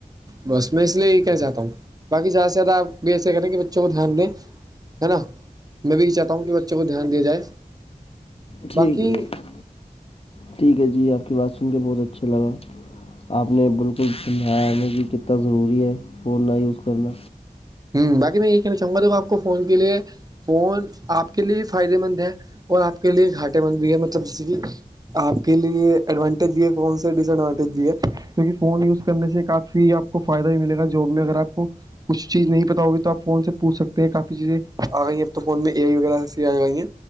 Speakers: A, on the right (about 25°); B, on the left (about 40°).
A: بس میں اس لیے یہ کہنا چاہتا ہوں بای زیادہ سے زیادہ آپ بھی ایسے کریں کہ بچوں کو دھیان دیں ہے نا میں بھی یہ چاہتا ہوں کہ بچوں کو دھیان دیا جائے
B: ٹھیک
A: باقی
B: ہے یھ ٹھیک ہے جی آپ کی بات سن کے بہت اچھا لگا آپ نے بالک ک سجا نے بھی کتنا ضروری ہے فون کا یز کرنا
A: ہوں باق میں یہ کہنا چا دوںا آپ کو فون کے لیے فون آپ کے لیے فائدے مند ہے اور آپ کے لیے گھاٹے مند بھی ہے مطلب جیسے کہ آپ کے لیے ایڈوانٹیج یہ ہے فون سے ڈس ایڈوانٹیج بھی ہے کیونکہ فون یوز کرنے سے کافی آپ کو فائدہ بھی ملے گا جاب میں اگر آپ کو کچھ چیز نہیں پتا ہوگی تو آپ فون سے پوچھ سکتے ہیں کافی چیزیں آ گئی ہیں اب تو فون میں اے آئی وغیرہ ایسی آ گئی ہیں